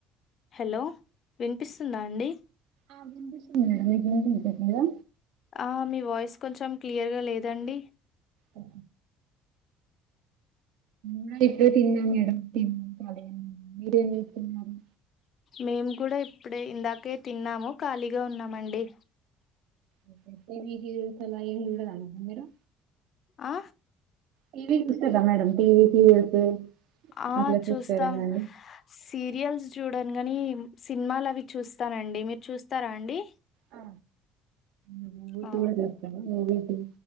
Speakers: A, on the left; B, on the right.
A: హలో వినిపిస్తుందా అండి
B: ఆ వినిపిస్తుందండి మీకు వినిపిస్త లేదా
A: ఆ మీ వాయిస్ కొంచెం క్లియర్గా లేదండి
B: అ మేము ఇప్పుడే తిన్నాం మేడం తిన్నాం ఖాళీగానే ఉన్నం మీరేం చెస్తున్నారు
A: మేము కూడా ఇప్పుడే ఇందాకే తిన్నాము ఖాళీగా ఉన్నామండి
B: ఆహా టీవీ సీరియల్స్ అలా ఏమి చూడరండి మీరు
A: ఆ
B: టీవి చూస్తారా మేడం టీవీ సీరియల్స్
A: ఆ
B: అట్లా
A: చూస్తాం
B: చూస్తారేమండి
A: సీరియల్స్ చూడను గాని సినిమాలు అవి చూస్తానండి మీరు చూస్తారా అండి
B: ఆ మూవీస్
A: ఆ
B: కూడా చూస్తానండి